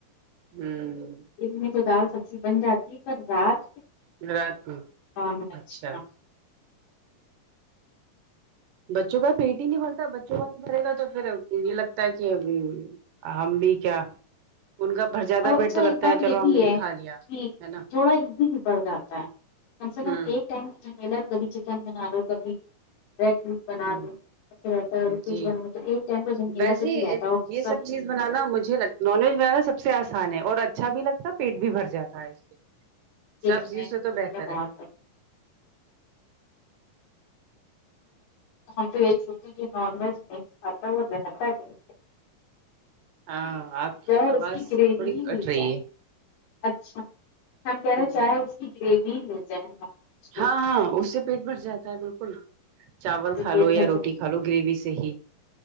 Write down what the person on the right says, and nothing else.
ہوں
ہ رات میں
اچھا
بچوں کا پیٹ ہی نہیں بھرتا بچوں کا نہیں بھرے گا تو پھر یہ لگتا ہے کہ ہم بھی کیا ان کا بھر زیادہ
پیٹ
تو لگتا
ہے چلو
ہم نے
کھا لیا
ہے نا
ہ
ہ
جی
ویسے
یہ
چیز بنانا مجھے نان ویج بنانا سب سے آسان ہے اور اچھا بھی لگتا ہے پیٹ بھی بھر جاتا ہے سے
سبزیوں
سے بہتر
ہے
ہاں آپ
آواز
تھوڑی
کٹ
رہی
ہے
جی
ہاں ہاں اس سے پیٹ بھر جاتا ہے بالکل چاول
کھا
لو
یا روٹی
کھا لو گریوی سے صییح